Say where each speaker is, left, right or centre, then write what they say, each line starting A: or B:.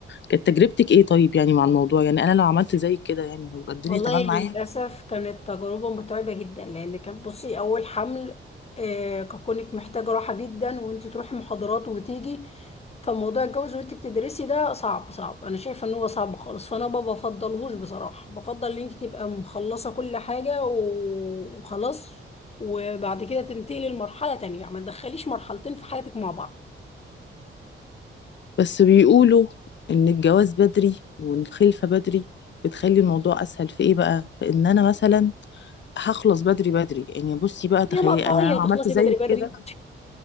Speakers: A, on the left; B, on the left.
A: كانت تجربتك ايه طيب يعني مع الموضوع يعني انا لو عملت زي كده يعني هيبقى الدنيا
B: والله
A: تمام معايا
B: للاسف كانت تجربه متعبه جدا لان كان بصي اول حمل آه ككونك محتاجه راحه جدا وانت تروحي محاضرات وتيجي فموضوع الجواز وانت بتدرسي ده صعب صعب انا شايفه ان هو صعب خالص فانا ما بفضلهوش بصراحه بفضل ان انت تبقى مخلصه كل حاجه و- وخلاص وبعد كده تنتقلي لمرحله تانية يعني ما تدخليش مرحلتين في حياتك مع بعض
A: بس بيقولوا ان الجواز بدري والخلفة بدري بتخلي الموضوع اسهل في ايه بقى في ان انا مثلا هخلص بدري بدري يعني بصي بقى تخيل
B: هي مقطعيه
A: يعني انا لو عملت
B: تخلصي
A: زي
B: بدري بدري
A: كده